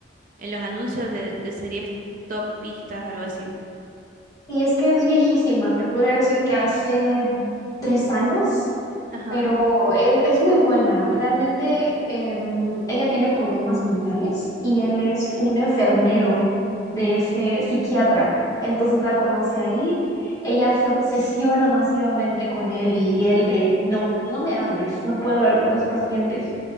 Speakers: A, on the right; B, on the left.
A: en los anuncios de, de series top pistas, algo así.
B: Y es que es viejísima, te podría decir que hace tres años
A: Ajá,
B: pero es, es muy buena. Realmente em, ella tiene problemas mentales y él es
A: ok,
B: un enfermero de ese psiquiatra. Entonces la conoce ahí. Ella se obsesiona masivamente con él y, y él de, no, no me hables, no puedo hablar con los pacientes.